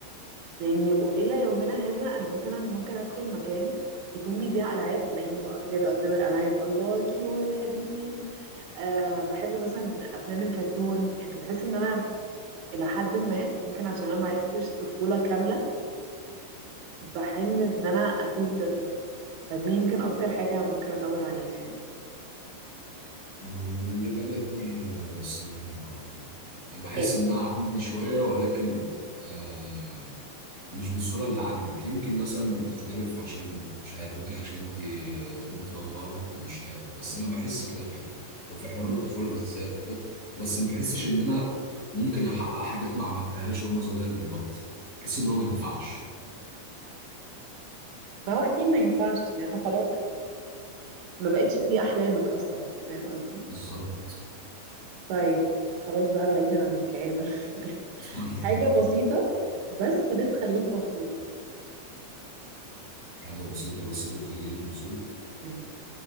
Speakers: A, on the right (about 80°); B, on the left (about 25°).
A: يعني و- الى يومنا هذا انا مثلا ممكن ادخل مكان يكون بيبيع العاب تلاقيني واقفه كده قدام الالعاب الله كيوت حلوين أه بحب مثلا افلام الكرتون يعني بحس ان انا إلى حد ما يمكن عشان أنا ما عشتش طفولة كاملة بحن إن أنا أكون طفلة فدي يمكن أكتر حاجة ممكن أدور عليها يعني
B: الإجابة دي الصراحة بحس
A: إيه.
B: إنها عندي شوية ولكن آه، مش بالصورة اللي عندك يمكن مثلا بتختلف عشان مش عارف يمكن عشان انت بنت وانا ولد مش عارف بس انا بحس كده فعلا وفي حوار
A: مم.
B: الطفولة بالذات بس ما بحسش ان انا ممكن احقق حاجات ما عملتهاش وانا صغير دلوقتي بحس ان هو ما ينفعش
A: فهو أكيد ما ينفعش لأن خلاص ما بقتش دي أحلامك أصلا فاهم قصدي؟
B: بالظبط
A: طيب خلاص بقى بعيدا عن الكآبة <laughs>
B: <laughs>
A: حاجة بسيطة بس بتخليك مبسوط
B: حاجة بسيطة بس بتخليني مبسوط
A: مم.